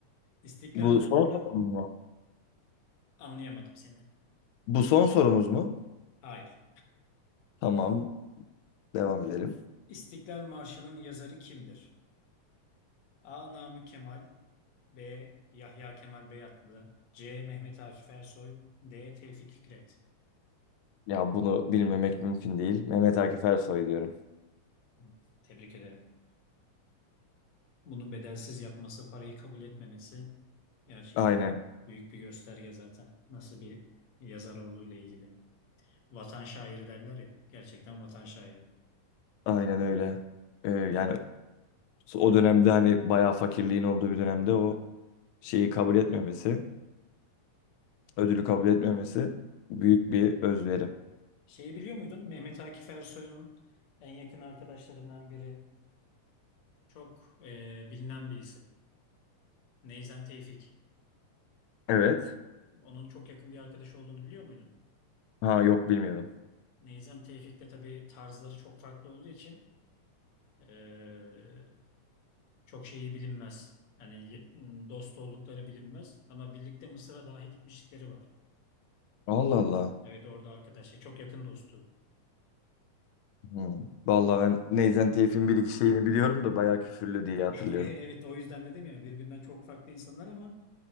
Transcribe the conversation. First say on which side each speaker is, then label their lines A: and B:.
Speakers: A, on the left; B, on the left.
A: İstiklal
B: Bu son
A: Marşı'nın
B: sorumuz mu?
A: anlayamadım seni.
B: Bu son sorumuz mu?
A: Hayır.
B: Tamam. Devam edelim.
A: İstiklal Marşı'nın yazarı kimdir? A. Namık Kemal B. Yahya Kemal Beyatlı C. Mehmet Akif Ersoy D. Tevfik Fikret
B: Ya bunu bilmemek mümkün değil. Mehmet Akif Ersoy diyorum.
A: Hı, Tebrik ederim. Bunu bedelsiz yapması, parayı kabul etmemesi gerçekten
B: Aynen,
A: büyük bir gösterge zaten. Nasıl bir yazar olduğu ile ilgili. Vatan şairi derler ya. Gerçekten vatan şairi.
B: aynen öyle. Ee, yani o dönemde hani bayağı fakirliğin olduğu bir dönemde o şeyi kabul etmemesi, ödülü kabul etmemesi büyük bir özveri.
A: Şeyi biliyor muydun? Mehmet Akif Ersoy'un en yakın arkadaşlarından biri Çok e, bilinen bir isim. Neyzen Tevfik.
B: Evet.
A: Onun çok yakın bir arkadaşı olduğunu biliyor muydun?
B: Ha yok bilmiyordum.
A: Neyzen Tevfik de tabii tarzları çok farklı olduğu için e, çok şeyi bilinmez. Yani ye- dost oldukları bilinmez ama birlikte Mısır'a dahi gitmişlikleri var.
B: Allah Allah.
A: Evet orada arkadaş, şey, çok yakın dostu.
B: Hmm. Vallahi ben Neyzen Tevfik'in bir iki şeyini biliyorum da bayağı küfürlü diye hatırlıyorum.
A: <laughs> Evet o yüzden dedim ya birbirinden çok farklı insanlar ama